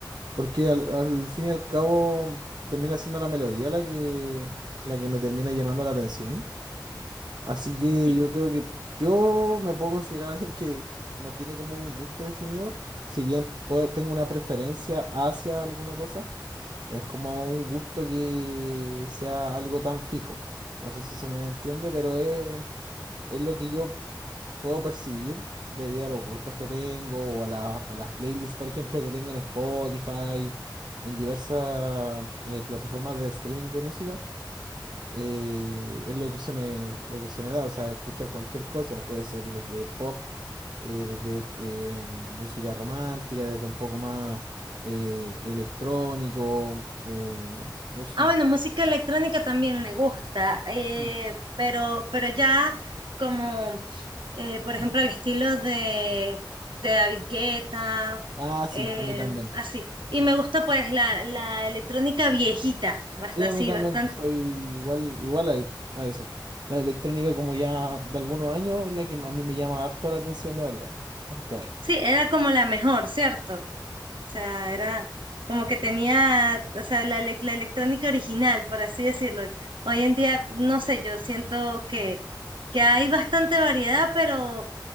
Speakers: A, on the right; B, on the right.
A: porque al, al fin y al cabo termina siendo la melodía la que, la que me termina llamando la atención. Así que
B: Sí.
A: yo creo que yo me puedo considerar <laughs> alguien que no tiene como un gusto definido, si bien puedo- tengo una preferencia hacia alguna cosa, no es como un gusto que sea algo tan fijo. No sé si se me entiende, pero es, es lo que yo puedo percibir debido a los gustos que tengo o a, la- a las playlists, por ejemplo, que tengo en Spotify, en diversas eh, plataformas de streaming de música eh, es lo que se me, lo que se me da, o sea, escuchar cualquier cosa, puede ser desde pop, eh, desde eh, música romántica, desde un poco más eh, electrónico, eh, música.
B: Ah, bueno, música electrónica también me gusta, eh,
A: Sí.
B: pero, pero ya como, eh, por ejemplo, el estilo de, de David Guetta,
A: Ah, sí,
B: eh,
A: a mí también.
B: así. Y me gusta pues la, la electrónica viejita, basta
A: Sí, a
B: así,
A: mí también,
B: bastante.
A: soy igual, igual a, a eso. La electrónica como ya de algunos años es la que a mí me llama harto la atención, la verdad. Harto, harto.
B: Sí, era como la mejor, ¿cierto? O sea, era como que tenía, o sea, la, ele- la electrónica original, por así decirlo. Hoy en día, no sé, yo siento que, que hay bastante variedad, pero